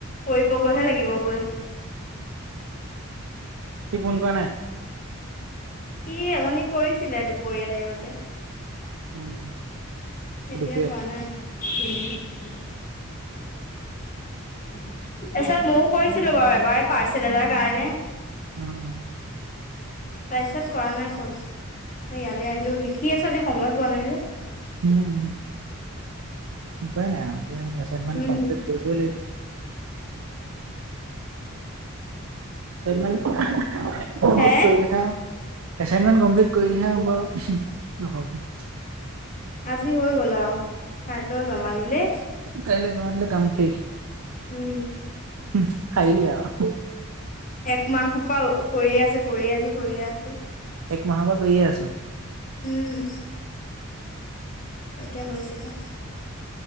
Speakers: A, on the left; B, on the right.
A: <unintelligible> লাগিব গৈ
B: সি ফোন কৰা নাই?
A: সি অথনি কৰিছিলে, দুপৰীয়া টাইমতে।
B: <unintelligible>
A: এতিয়া
B: দুপৰীয়া
A: কৰা নাই। <unintelligible> তাৰপিছত ময়ো কৰিছিলো বাৰু এবাৰ, পাৰ্চেল এটাৰ কাৰণে।
B: অ অ।
A: তাৰপিছত কৰা নাই ক'ল। মই ইয়ালৈ আহিলো লিখি আছো, আজি সময় পোৱা নাই যে।
B: উম, উপায় নাই আও। এ এচাইটমেণ্ট
A: উম
B: কমপ্লিত কৰিবই লাগিব। ছাইনমেণ্ট <unintelligible>
A: হে
B: কৰিলেহে আও। এচাইনমেন্ট কমপ্লিট কৰিলেহে হ'ব আও। উম হুম। <unintelligible>
A: আজি হৈ গ'ল আও। কাইলৈ জমা দিলেই
B: কাইলে জমা দিলে কাম শেষ।
A: উম
B: হুহ, সাৰিলি আও।
A: একমাহ পাও কৰি আছো, কৰি আছো, কৰি আছো।
B: এক মাহৰ পৰা কৰিয়েই আছ?
A: উম, এতিয়া হৈছেহে।